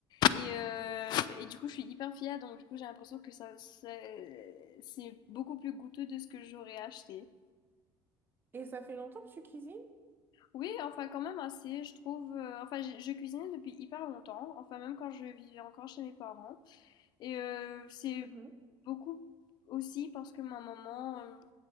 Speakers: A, on the left; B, on the right.
A: et, euh, et du coup je suis hyper fière donc du coup j'ai l'impression que ça c'est c'est beaucoup plus goûteux de ce que j'aurais acheté.
B: Et ça fait longtemps que tu cuisines?
A: Oui, enfin quand même assez, je trouve. euh, enfin, j'ai- je cuisinais depuis hyper longtemps, enfin même quand je vivais encore chez mes parents. Et euh, c'est
B: Mhm.
A: beaucoup aussi parce que ma maman, euh,